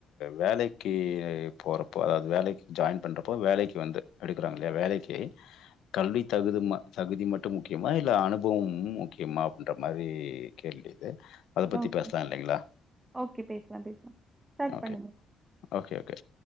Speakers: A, on the left; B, on the right.
A: வேலைக்கு போறப்போ அதாவது வேலைக்கு ஜாயின் பண்றப்போ வேலைக்கு வந்து எடுக்கிறாங்க இல்லையா வேலைக்கு கல்வி தகுதி தகுதி மட்டும் முக்கியமா இல்ல அனுபவம் முக்கியமா அப்படின்ற மாரி கேள்வி இது அத பத்தி
B: ஓகே
A: பேசலாம் இல்லைங்களா
B: ஓகே பேசலா பேசலா ஸ்டார்ட்
A: ஓகே
B: பண்ணுங்க
A: ஓகே ஓகே